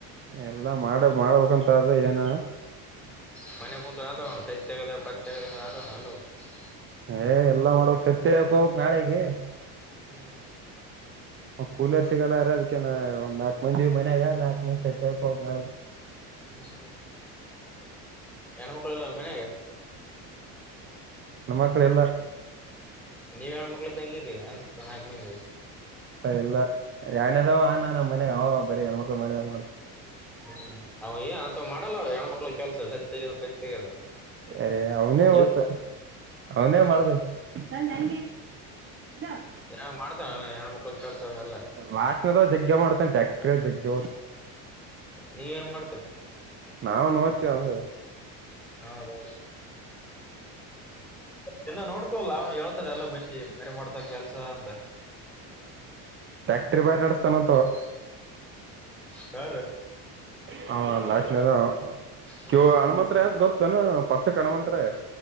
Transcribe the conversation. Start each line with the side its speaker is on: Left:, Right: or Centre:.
Right: ಎಲ್ಲಾ ಮಾಡ ಮಾಡ್ಬೇಕಂತ ಆದ್ ಏನ.
Centre: <unintelligible>
Right: ಎ ಎಲ್ಲ ಮಾಡ್ಬೇಕ್ ಸತ್ದ್ ತೆಗೆಕ್ಕ ಹೋಗ್ಬೇಕ್ ನಾಳೇ.
Centre: ಹ್ಮ್.
Right: ಕೂಲರ್ ಸಿಗಲ್ಗ್ಯಾಂರ್ ಅದಕಂದ್ ನಾಲ್ಕ್ ಮಂದಿ ಮನ್ಯಾಗ ನಾಕ್ ಮಂದಿ ಸತ್ದ್ ತೆಗೆಕ್ ಹೋಗ್ಬೇಕು.
Centre: ಹ್ಮ್ ಹ್ಮ್ ಹೆಣ್ಮಕ್ಕಳು ಇಲ್ಲ ಮನ್ಯಾಗ.
Right: ನಮ್ಮ ಮಕ್ಕಳ ಇಲ್ಲ.
Centre: ನೀವ್ ಹೆಣ್ಣಮಕ್ಳು ಇದ್ದಗ್ ಇರಿ ಅನ್ಸ್ತ ನಾಲ್ಕ ಮಂದಿ.
Right: ಇಲ್ಲ ಎಡನೆದ್ವ ಅನಾ ನಮ್ಮ ಮನೆಗ ಅವ ಬರೇ ಹೆಣ್ಮಕ್ಳು ಮಾಡಿದಂಗ್ ಮಾಡ್ತಾನಾ.
Centre: ಹ್ಮ್ ಅವ ಏ ಅಂತ ಮಾಡಲ್ಲವ ಹೆಣ್ಮಕ್ಳಗ ಕೆಲ್ಸ ಸತ್ದ್ ತೇಗ್ಯದ ಪೈತ್ ತೇಗ್ಯದ.
Right: ಏ ಅವನೇ ಓಡ್ತ ಅವನೇ
Centre: ಹ
Right: ಮಾಡತ <unintelligible>
Centre: ಯಾವನನಾ ಮಾಡ್ತನಾ ಅನ್ ಹೆಣ್ಮಕ್ಳಗ ಕೆಲ್ಸ ಎಲ್ಲ.
Right: ಲಾಸ್ಟ್ನದ ಜಗ್ಗೆ ಮಾಡ್ತೇ ಟಕ್ಟ್ರ ಜಗ್ಗ
Centre: ನೀವೇನ್ ಮಾಡ್ತೀರಿ
Right: ನಾವೂನು ಹೋತೀವಿ ಅಂದ್ರ.
Centre: ಹೌದೌದು. ದಿನ ನೋಡ್ತವಲ್ಲ ನಾವ್ನು ಹೇಳ್ತಾರ ಎಲ್ಲ ಮಂದಿ ಬಾರಿ ಮಾಡ್ತಾನ್ ಕೆಲ್ಸ. <unintelligible> ಅಂತ
Right: <unintelligible> ಬಾರಿ ನಡಸ್ಥಾನ ಅಂತ ಅವ್.
Centre: ಯಾರ್.
Right: ಹಾ ಲಾಸ್ಟ್ನದವಾ
Centre: ಹ್ಮ್ ಹ್ಮ್
Right: ಹಣಮಂತ್ರಯ ಅಂತ ಗೊದತ್ತಾನ ಪಂಚಕ ಹಣಮಂತ್ರಯ.